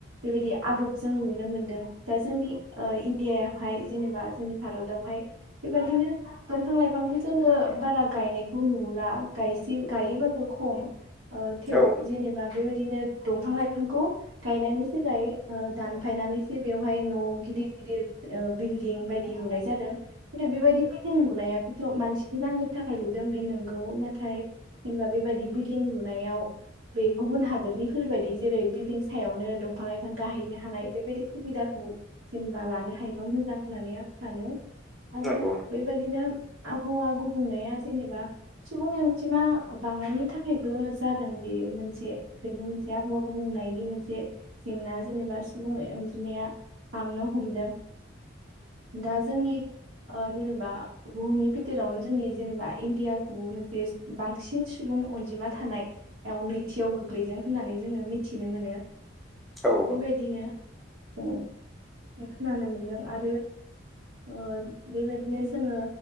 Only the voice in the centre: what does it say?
औ
नंगौ नंगौ
औ